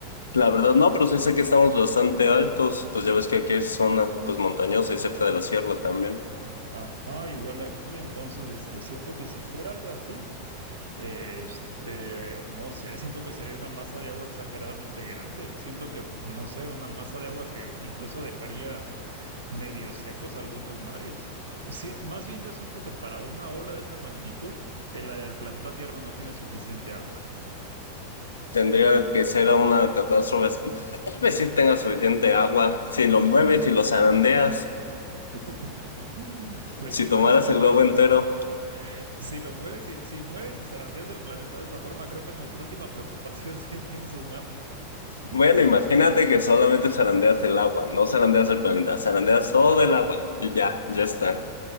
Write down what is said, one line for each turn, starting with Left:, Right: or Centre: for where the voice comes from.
Left: La verdad no, pero sí sé que estamos bastante altos. Pues ya ves que aquí es zona
Right: Ah,
Left: pues montañosa y cerca de la sierra también.
Right: Ajá, igual aquí, entonces, este, siento que si fuera algo así, eh, este, no sé, siento que sería una masa de agua exageradamente grande. Siento que, no sé, una masa de agua que incluso dejaría medio secos algunos mares. Sí, más bien yo siento que para una ola de esa magnitud, el, el planeta Tierra no tiene suficiente agua.
Left: Tendría que ser una catástrofe. Tal vez sí tenga suficiente agua. Si lo mueves, si lo zarandeas,
Right: <laughs> Pues
Left: si
Right: sí,
Left: tomaras
Right: pero si lo
Left: el
Right: mueves
Left: globo
Right: y
Left: entero.
Right: lo zarandeas Si lo mueves y si mueves y zarandeas el planeta de esa forma, creo que nuestra última preocupación <laughs> sería un tsunami. <laughs>
Left: Bueno, imagínate que solamente zarandeas el agua, no zarandeas el planeta, zarandeas todo el agua y ya, ya está.